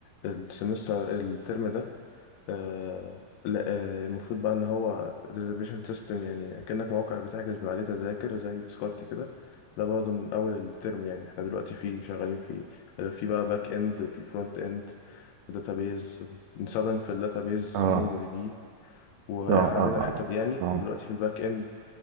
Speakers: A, on the left; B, on the right.
A: السمستر الترم ده آه لا آه المفروض بقى ان هو ريزرفيشن سيستم يعني كأنك موقع بتحجز من عليه تذاكر زي تذكرتي كده ده برضو من اول الترم يعني احنا دلوقتي فيه شغالين فيه في بقى باك اند وفي فرونت اند وداتابيز بنستخدم في الداتابيز
B: اه
A: مونجو دي بي واحنا
B: اه
A: عندنا
B: اه
A: الحتة دي يعني
B: آه.
A: ودلوقتي في الباك اند